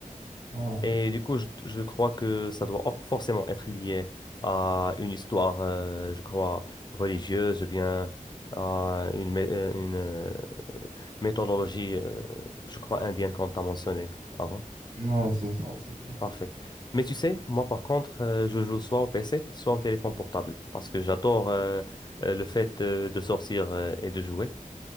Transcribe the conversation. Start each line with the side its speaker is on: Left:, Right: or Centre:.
Right: Ouais,
Left: Et du coup, je, je crois que ça doit or- forcément être lié à une histoire, euh, je crois, religieuse ou bien à une, mé- euh, une euh, méthodologie, euh, je crois, indienne, comme tu as mentionné avant.
Right: Ouais, c'est ça, c'est ça.
Left: Parfait. Mais tu sais, moi par contre, euh, je joue soit au PC, soit au téléphone portable, parce que j'adore euh, euh, le fait euh, de sortir euh, et de jouer.